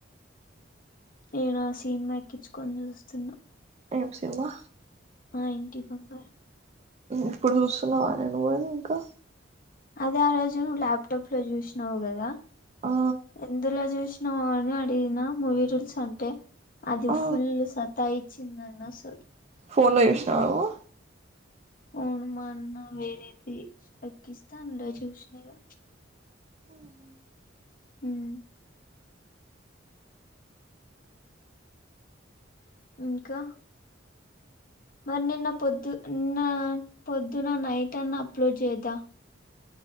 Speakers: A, on the left; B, on the right.
A: నేనో సినిమా వేక్కిచుకొని చూస్తున్నా
B: ఏం సినిమా
A: మా ఇంటి బంగారం
B: ఇప్పుడు చూస్తున్నావా ఆది నువ్వు ఇంకా
A: అదే ఆ రోజు నువ్వు ల్యాప్టాప్ లో చూసినావు కదా
B: ఆ
A: ఎందులో చూసిన నువ్వు అని అడిగిన మూవీ రూల్స్ అంటే అది
B: ఆ
A: ఫుల్ సతాయి ఇచ్చిందండి అసలు
B: ఫోన్లో చూసిన నువ్వు
A: అవును మా అన్న వేరేది ఎక్కిస్తే అందులో చూసినగా
B: ఓహో
A: ఉం ఇంకా మరి నిన్న పొద్దు నిన్న పొద్దున్న నైట్ అన్న అప్లోడ్ చేద్దా